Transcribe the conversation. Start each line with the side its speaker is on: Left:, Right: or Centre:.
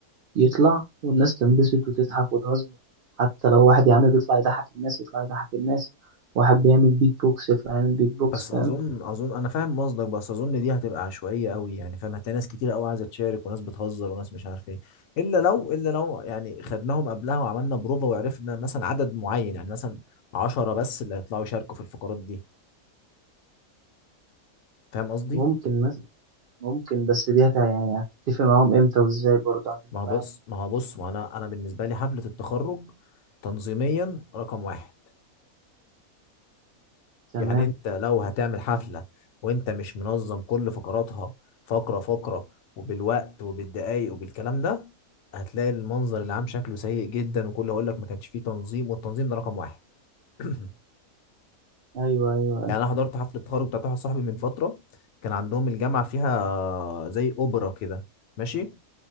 Right: يطلع والناس تنبسط وتضحك وتهزر حتى لو واحد يا عم بيطلع يضحك الناس يطلع يضحك الناس واحد بيعمل بيت بوكس يطلع يعمل بيت بوكس
Left: بس اظن
Right: فاهم
Left: اظن انا فاهم قصدك بس اظن دي هتبقى عشوائيه قوي يعني فاهم هتلاقي ناس كتير قوي عايزه تشارك وناس بتهزر وناس مش عارف ايه الا لو الا لو يعني خدناهم قبلها وعملنا بروفه وعرفنا مثلا عدد معين يعني مثلا عشرة بس اللي هيطلعوا يشاركوا في الفقرات دي فاهم قصدي
Right: ممكن مثلا ممكن بس دي هت يعني هتتفق معاهم امتى وازاي برضه عشان
Left: ما هو
Right: تبقى
Left: بص
Right: عارف.
Left: ما هو بص ما انا انا بالنسبه لي حفله التخرج تنظيميا رقم واحد
Right: تمام
Left: يعني انت لو هتعمل حفلة وانت مش منظم كل فقراتها فقرة فقرة وبالوقت وبالدقايق وبالكلام ده هتلاقي المنظر العام شكله سيء جدا وكله هقول لك ما كانش فيه تنظيم والتنظيم ده رقم واحد <clears throat>
Right: ايوه ايوه
Left: يعني انا حضرت حفلة تخرج بتاعت واحد صاحبي من فترة كان عندهم الجامعة فيها زي اوبرا كده ماشي